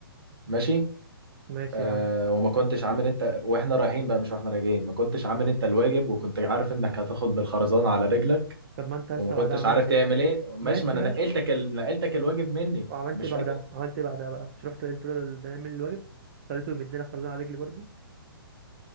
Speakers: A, on the right; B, on the right.
A: ماشي
B: ماشي
A: آه
B: يا عم
A: وما كنتش عامل انت واحنا رايحين بقى مش واحنا راجعين ما كنتش عامل انت الواجب وكنت عارف انك هتاخد بالخرزانة على رجلك
B: طب ما انت يا
A: وما
B: اسطى
A: كنتش
B: بعدها عملت
A: عارف تعمل
B: ايه
A: ايه ماشي
B: ماشي
A: ما انا
B: ماشي
A: نقلتك ال... نقلتك الواجب مني
B: وعملت
A: مش
B: إيه بعدها
A: فاكر
B: عملت إيه بعدها بقى مش رحت قلت له ده نعمل الواجب خليته يمدينا خرزانة على رجلي برضو